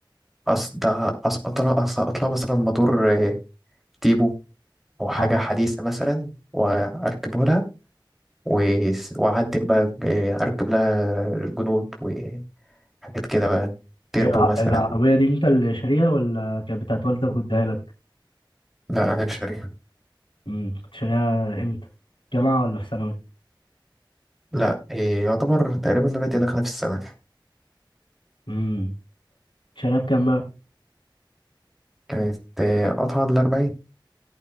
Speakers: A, in the centre; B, on the left.
A: اصل ده اسقط لها اسقط لها مثلا موتور آه، تيبو او حاجه
B: اه
A: حديثه مثلا واركبه لها و- واعدل بقى آه، اركب لها الجنود وحاجات كده بقى تيربو
B: ايه الع-
A: مثلا
B: العربية دي انت اللي شاريها ولا كانت بتاعت والدك واداها لك؟
A: لا انا مش شاريها
B: امم كنت شاريها امتى؟ جامعة ولا في ثانوي؟
A: لا آه، يعتبر تقريبا دلوقتي داخله في السنه
B: امم شاريها بكام بقى؟
A: كانت آه، قطعه ال 40